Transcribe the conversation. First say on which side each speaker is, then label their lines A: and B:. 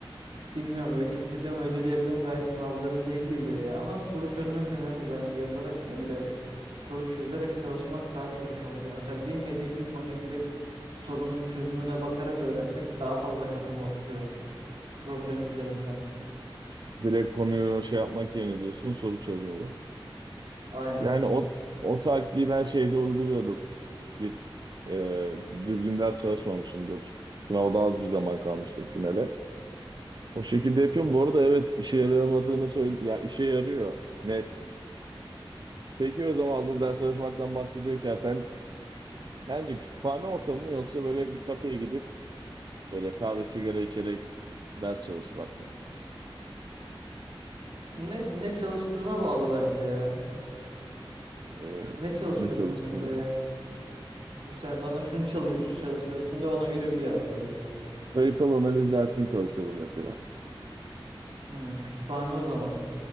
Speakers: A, on the right; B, on the right.
A: Bilmiyorum öyle hissediyorum öyle de yapıyorum gayet sınavlarım da iyi geliyor ya. Ama soru çözmek önemli. Ben yazarak değil de soru çözerek çalışmak daha çok hoşuma gidiyor. Mesela bilmediğim bir konuyu direkt sorunun çözümüne bakarak öğrenmek daha fazla kafama oturuyor. Problem üzerinden.
B: Direkt konuyu şey yapmak yerine diyorsun soru çözmeli.
A: Aynen.
B: Yani o o taktiği ben şeyde uyguluyorum. Git e, düzgün ders çalışmamışımdır. Sınavda az bir zaman kalmıştır finale. O şekilde yapıyorum. Bu arada evet işe yaramadığını söyle ya yani işe yarıyor net. Peki o zaman hazır ders çalışmaktan bahsediyorken sen sence kütüphane ortamı mı yoksa böyle bir kafeye gidip böyle kahve sigara içerek ders çalışmak mı?
A: Ne, ne çalıştığına bağlı bence ya.
B: E,
A: Ne çalışıyorsun
B: ne çalıştığını
A: mesela yani?
B: mı?
A: Mesela bana şunu çalış, çalışıyorsun da ona göre bir cevap vereyim.
B: Sayısal analiz dersini çalışıyorum mesela.
A: Hmm, kütüphane o zaman.